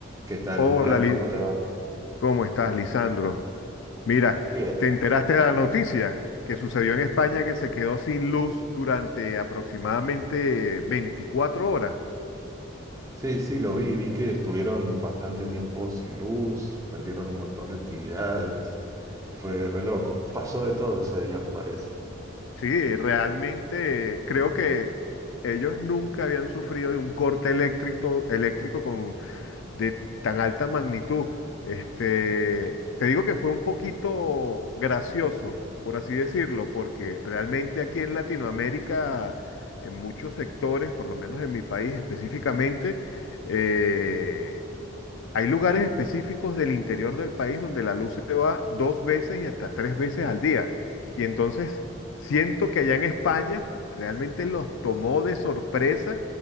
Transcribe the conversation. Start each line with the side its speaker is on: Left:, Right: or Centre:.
Right: ¿Qué tal,
Left: Hola,
Right: Jan?
Left: Li-
Right: ¿Cómo te va?
Left: ¿cómo estás, Lisandro? Mira,
Right: Bien,
Left: ¿te enteraste de la noticia que sucedió en España que se quedó sin luz durante aproximadamente 24 horas?
Right: Sí, sí, lo vi, vi que estuvieron bastante tiempo sin luz, suspendieron un montón de actividades, fue re loco, pasó de todo ese día me parece.
Left: Sí, realmente eh, creo que ellos nunca habían sufrido de un corte eléctrico, eléctrico con de tan alta magnitud. Este, te digo que fue un poquito gracioso, por así decirlo, porque realmente aquí en Latinoamérica, en muchos sectores, por lo menos en mi país específicamente, eh, hay lugares específicos del interior del país donde la luz se va dos veces y hasta tres veces al día. Y entonces siento que allá en España realmente los tomó de sorpresa